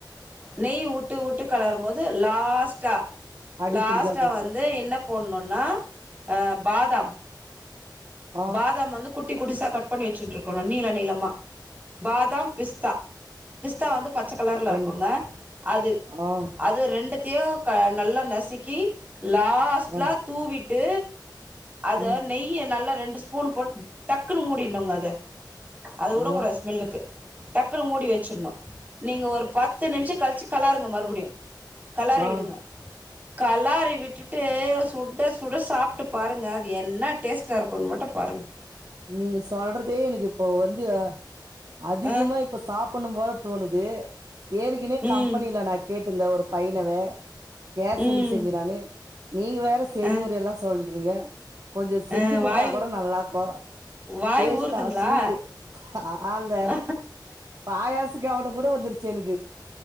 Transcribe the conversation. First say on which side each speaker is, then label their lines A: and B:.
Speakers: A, on the right; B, on the right.
A: நெய் உட்டு உட்டு கெளாறும் போது லாஸ்ட்டா
B: அடி
A: லாஸ்ட்டா
B: புடிக்காம கரச்சு
A: வந்து என்ன போன்னுன்னா அ பாதாம்
B: ஆ
A: பாதாம் வந்து குட்டி குட்டிசா கட் பண்ணி வச்சுட்டுருக்கனு நீள நீளமா பாதாம் பிஸ்தா பிஸ்தா வந்து பச்ச கலர்ல
B: ரெண்டு
A: இருக்குங்க அது
B: ஆ
A: அது ரெண்டு த்தையோ க நல்லா நசுக்கி லாஸ்ட்லா
B: ஆ
A: தூவிட்டு அத
B: ம்
A: நெய்ய நல்லா ரெண்டு ஸ்பூன் போட்டு டக்குன்னு மூடினுங்க அத அதவுடக்
B: ஆ
A: கூடா ஸ்மெல்லுக்கு டக்குன்னு மூடி வெட்ச்சிண்ணோ நீங்க ஒரு பத்து நிமிஷோ கழிச்சி கலாருங்க மறுபடியோ கலாறி
B: ஆ
A: விடுங்க கலாறி விட்டுட்டு சுட சுட சாப்ட்டு பாருங்க அது என்ன டேஸ்ட்டா இருக்கோனு மட்டோ பாருங்
B: நீங்க சொல்றதே எனக்கு இப்போ வந்து அதிகமா
A: ஆ
B: இ ப்ப சாப்பண்ணோ போல தோணுது ஏற்கனே
A: ம்
B: கம்பெனில நா கேட்டுந்த ஒரு பையனவே கேசரி
A: ம்
B: செய்ங்கடானு நீங்க வேற செய்மொற
A: ஆ
B: எல்லா சொல்றீங்க கொஞ்சோ செஞ்சி
A: ஆ
B: குடுத்தா
A: வாய்
B: கூட நல்லா இருக்கோ
A: வாய்
B: டேஸ்ட்டா
A: ஊறுதுங்களா
B: ஸ்வீட்டு அ ஆங்க
A: ஆ
B: பாயாசு கவனங்கூட வந்துருச்சு எனக்கு